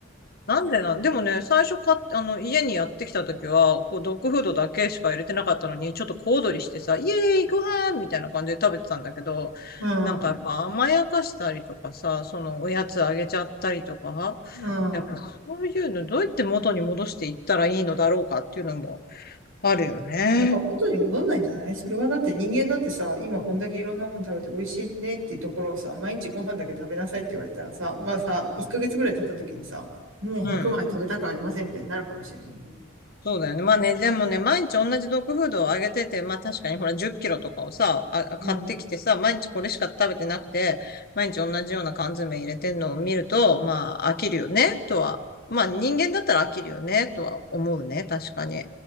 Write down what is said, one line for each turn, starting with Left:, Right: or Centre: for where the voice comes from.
Left: なんでなん、でもね、最初か、あの、家にやってきた時は、こう、ドッグフードだけしか入れてなかったのに、ちょっと小躍りしてさ、イエーイ、ご飯みたいな感じで食べてたんだけど、
Right: うん。
Left: なんかやっぱ甘やかしたりとかさ、そのおやつあげちゃったりとか、
Right: うん。
Left: やっぱそういうのどうやって元に戻していったらいいのだろうかっていうのもあるよね。
Right: やっぱ元に戻んないんじゃないそれはだって人間だってさ、今こんだけいろんなもの食べて美味しいねっていうところをさ、毎日ご飯だけ食べなさいって言われたらさ、まあさ、1ヶ月ぐらい経った時にさ、もう白米食べたくありませんみたいになるかもしれないよね。
Left: うん。そうだよね。まあね、でもね、毎日同じドッグフードをあげてて、まあ確かにほら10キロとかをさ、あ、
Right: うん。
Left: 買ってきてさ、毎日これしか食べてなくて、毎日同じような缶詰入れてんのを見ると、まあ飽きるよね、とは。まあ人間だったら飽きるよね、とは思うね、確かに。